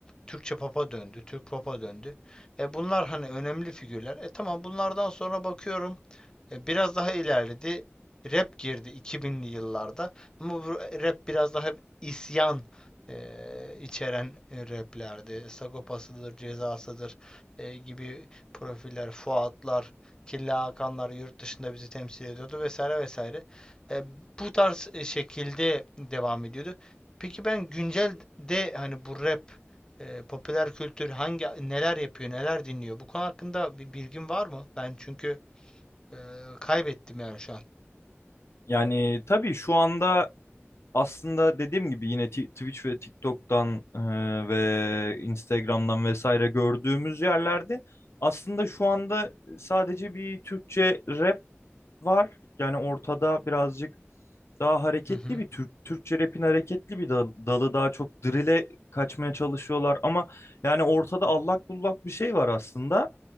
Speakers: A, on the left (about 20°); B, on the left (about 75°).
A: Türkçe pop'a döndü, Türk pop'a döndü. E bunlar hani önemli figürler. E tamam bunlardan sonra bakıyorum e, Biraz daha ilerledi. Rap girdi 2000'li yıllarda. Ama bu rap biraz daha isyan e, içeren e, raplerdi. Sagopasıdır, cezasıdır e, gibi profiller, Fuatlar, Killa Hakanlar yurt dışında bizi temsil ediyordu vesaire vesaire. E, bu tarz e, şekilde devam ediyordu. Peki ben güncel de hani bu rap, e, popüler kültür hangi neler yapıyor, neler dinliyor? Bu konu hakkında bir bilgin var mı? Ben çünkü ee, kaybettim yani şu an.
B: Yani tabii şu anda aslında dediğim gibi yine Ti- Twitch ve TikTok'tan e, ve Instagram'dan vesaire gördüğümüz yerlerde aslında şu anda sadece bir Türkçe rap var. Yani ortada birazcık daha hareketli
A: Hı hı.
B: bir Türk, Türkçe rap'in hareketli bir dal- dalı daha çok drill'e kaçmaya çalışıyorlar ama yani ortada allak bullak bir şey var aslında